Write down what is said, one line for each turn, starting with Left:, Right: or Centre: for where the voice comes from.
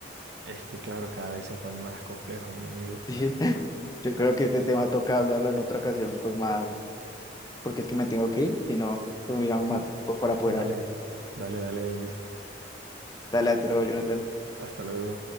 Right: Es que claro, cada vez se pone más complejo, mi amigo.
Left: <laughs> Sí, Yo creo que este tema toca hablarlo en otra ocasión con más, porque es que me tengo que ir, si no, tuviéramos más
Right: <laughs>
Left: tiempo para poder
Right: Dale,
Left: hablar.
Right: dale, dale, Elvis.
Left: Dale, Hasta luego, Jonathan.
Right: Hasta luego.